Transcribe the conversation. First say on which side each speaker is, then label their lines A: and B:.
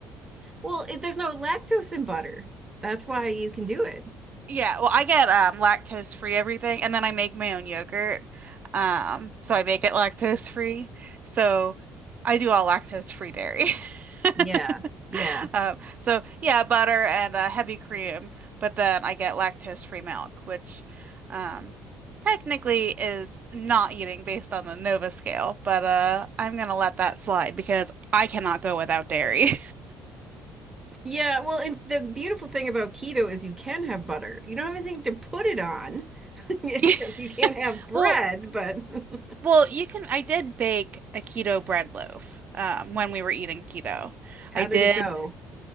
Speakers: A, on the right; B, on the right.
A: Well, it, there's no lactose in butter. That's why you can do it.
B: Yeah, well, I get um lactose free everything, and then I make my own yogurt. Um, so I make it lactose free. So I do all lactose free dairy. <laughs>
A: Yeah. Yeah.
B: Um, so yeah, butter and uh, heavy cream, but then I get lactose free milk, which um technically is not eating based on the Nova scale, but uh I'm gonna let that slide because I cannot go without dairy.
A: Yeah. Well, and the beautiful thing about keto is you can have butter. You don't have anything to put it on <laughs> because
B: <laughs>
A: you can't have bread,
B: Well,
A: but <laughs>
B: Well, you can. I did bake a keto bread loaf um, when we were eating keto.
A: how
B: I did.
A: did it go?